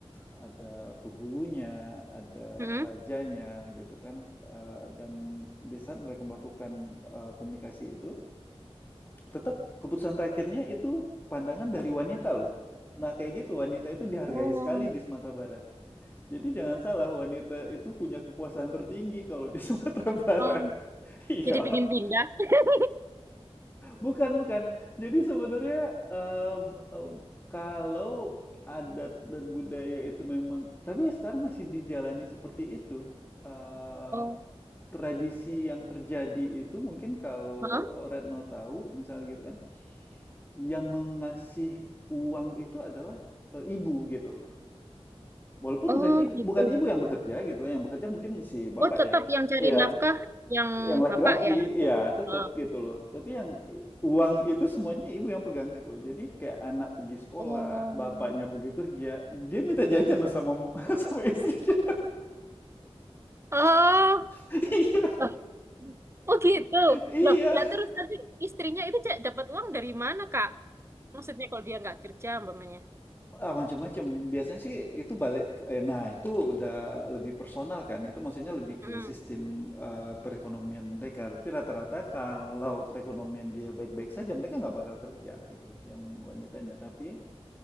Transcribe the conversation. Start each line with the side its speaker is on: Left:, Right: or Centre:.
Left: ada penghulunya, ada
Right: Mm-mm.
Left: rajanya gitu kan. Eh, dan di saat mereka melakukan eh, komunikasi itu, tetap keputusan terakhirnya itu pandangan dari wanita loh. Nah, kayak gitu wanita itu dihargai
Right: Oh.
Left: sekali di Sumatera Barat. Jadi jangan salah, wanita itu punya kekuasaan tertinggi kalau di <laughs> Sumatera Barat.
Right: Oh.
Left: Iya.
Right: Jadi
Left: <laughs>
Right: pengen pindah. <laughs>
Left: Bukan bukan. Jadi sebenarnya, mmm, mmm, kalau adat dan budaya itu memang tapi sekarang masih dijalani seperti itu, eee,
Right: Oh.
Left: tradisi yang terjadi itu mungkin kalau
Right: Hah?
Left: Retno tahu misalnya gitu kan, yang mengasih uang itu adalah, eee, ibu gitu loh. Walaupun
Right: Oh
Left: bukan ibu
Right: gitu.
Left: bukan ibu yang bekerja gitu, yang bekerja mungkin si bapak
Right: Oh
Left: ya.
Right: tetap yang cari
Left: Iya
Right: nafkah yang
Left: yang laki-laki
Right: bapak ya.
Left: ya tetap
Right: Oh.
Left: gitu loh tapi yang i- uang itu semuanya ibu yang pegang gitu jadi kayak anak pergi sekolah
Right: Oh.
Left: bapaknya pergi kerja dia minta jajan loh sama <laughs> sama istrinya
Right: Oh.
Left: <laughs> iya
Right: Loh, Oh gitu.
Left: iya
Right: Loh, lah terus tadi istrinya itu Cak, dapat uang dari mana, Kak? Maksudnya kalau dia nggak kerja, umpamanya.
Left: Ah, macam-macam biasanya sih itu balik ke- eh, nah itu udah lebih personal kan itu maksudnya lebih ke
Right: hmm
Left: sistem eh, perekonomian mereka tapi rata-rata kalau perekonomian dia baik-baik saja mereka nggak bakal kerja gitu loh yang wanitanya tapi